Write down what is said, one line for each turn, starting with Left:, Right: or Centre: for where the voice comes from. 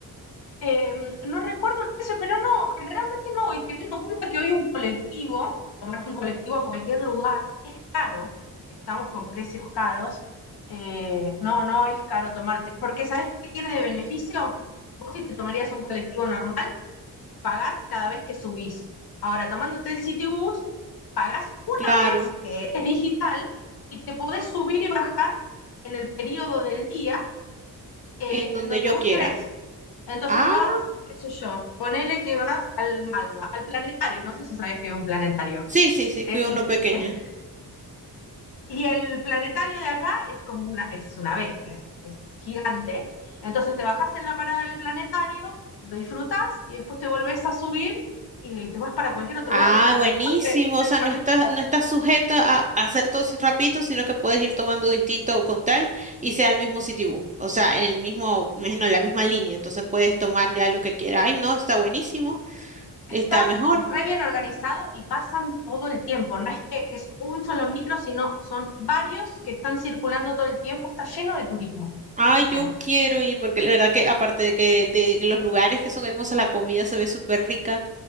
Left: Eh, no recuerdo el precio, pero no, generalmente no. Y teniendo en cuenta que hoy un colectivo, tomarte un colectivo a cualquier lugar, es caro. Estamos con precios caros. Eh, no, no es caro tomarte. Porque ¿sabés qué tiene de beneficio? Vos si te tomarías un colectivo normal, pagás cada vez que subís. Ahora, tomándote el Citibus, pagás una
Right: Claro,
Left: vez, que es digital, y te podés subir y bajar en el periodo del día eh,
Right: en donde
Left: en donde
Right: yo
Left: vos
Right: quiera.
Left: querés. Entonces
Right: Ah,
Left: vas, qué sé yo, ponele que vas al Malva, al planetario, no sé si sabías que es un planetario.
Right: sí, sí, sí,
Left: Es,
Right: fui a
Left: <laughs>
Right: uno pequeño.
Left: y el planetario de acá es como una, es una bestia, es, es gigante. Entonces te bajás en la parada del planetario, lo disfrutás y después te volvés a subir y te vas para cualquier otro
Right: Ah,
Left: lado y te
Right: buenísimo.
Left: recorre
Right: O
Left: prácticamente
Right: sea, no estás, no estás sujeta a, a hacer todo ese rapidito, sino que puedes ir tomando distinto con tal y sea el mismo Citibus. O sea, el mismo, me imagino, la misma línea. Entonces puedes tomar ya lo que quieras. Ay, no, está buenísimo.
Left: está
Right: Está mejor.
Left: re bien organizado y pasan todo el tiempo. No es que es un solo micro, sino son varios que están circulando todo el tiempo. Está lleno de turismo,
Right: Ay,
Left: lleno, lleno.
Right: yo quiero ir porque la verdad que aparte de que, de que los lugares que son hermosos, la comida se ve súper rica.